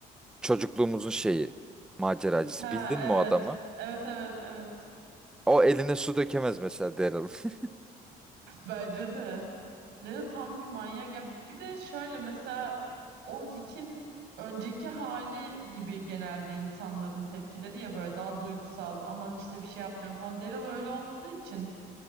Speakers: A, in the centre; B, on the right (about 90°).
A: Çocukluğumuzun şeyi maceracısı.
B: Ha
A: Bildin
B: evet.
A: mi o adamı?
B: Evet evet evet.
A: O eline su dökemez mesela Daryl. <laughs>
B: Bence de. Daryl tam bir manyak. Ya bir de şöyle mesela o Rick'in önceki hali gibi genelde insanların tepkileri ya böyle daha duygusal aman işte bir şey yapmıyor falan. Daryl öyle olmadığı için